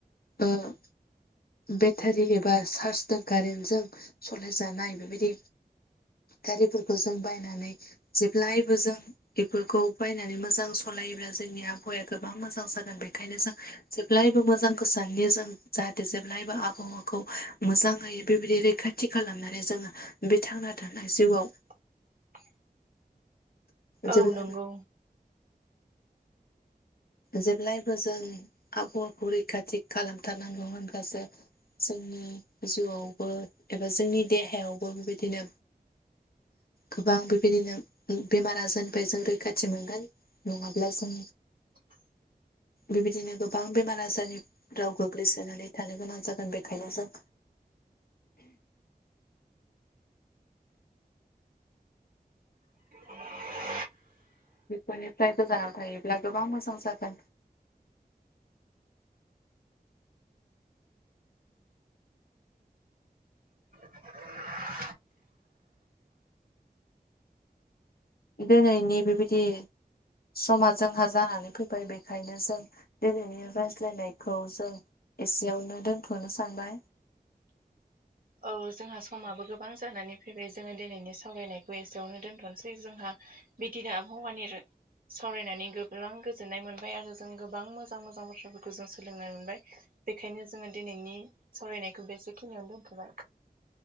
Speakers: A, on the left; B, on the right.
A: ओ बेटारि एबा चार्जजों कारेन्टजों सालायजानाय बेबायदि गारिफोरखौ जों बायनानै जेब्लायबो जों बेफोरखौ बायनानै मोजां सल लायोब्ला जोंनि आबहावाया गोबां मोजां जागोन बेनिखायनो जों जेब्लायबो मोजांखौ सान जों जाथ जेब्लायबो आबहावाखौ मोजांहै बेबायदि रैखाथि खालामनानै जोंङो बे थांना था जिउआव
B: <inaudible> औ
A: जेब्लायबो
B: नंगौ
A: जेब्लायबो जों आबहावाखौ रैखाथि खालामथारनांगौ होनब्लासो जोंनि जिउआवबो एबा जोंनि देहायावबो बेबायदिनो गोबां बेबायदिनो बेमार आजारनिफ्रायबाय जों रैखाथि मोनगोन नंङाब्ला जों
B: <inaudible>
A: बेबायदिनो गोबां बेमार आजारनि राव गोग्लैसोनानै थानो गोनां जागोन बेखायनो जों
B: <unintelligible> <inaudible>
A: बेफोरनिफ्राय गोजानाव थायोब्ला गोबां मोजां जागोन
B: <inaudible>
A: दोनैनि बेबायदि समा जोंहा जानानै फैबाय बेखायनो जों दिनैनि रायज्लायनायखौ जों एसेयावनो दोनथ'नो सानबाय
B: <inaudible> औ जोंहा समाबो गोबां जानानै फैबाय जोङो दिनैनि सावरायनायखौ एसेयावनो दोनथ'नोसै जोंहा बिदिनो आबहावानि सावरायनानै गोबां गोजोननाय मोनबाय आरो जों गोबां मोजां मोजां बाथ्राफोरखौ जों सोलोंनो मोनबाय बेखायनो जोङो दिनैनि सावरायनायखौबो एसेखिनियावनो दोनथ'बाय